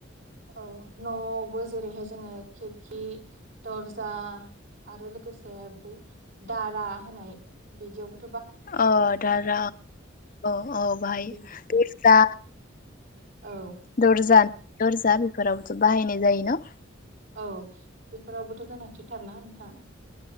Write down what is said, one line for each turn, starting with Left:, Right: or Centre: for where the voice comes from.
Right: औ न'आवबो जेरैहाय जोङो खिरखि दर्जा आरो लोगोसे बै दारा होनाय बिदियावबो
Left: अ दारा औ औ बाय
Right: बे
Left: जा
Right: औ
Left: दरजा दरजा बेफोरावबोथ' बाहायनाय जायो न
Right: औ बेफोरावबोथ' गोनांथिथारना नोंथां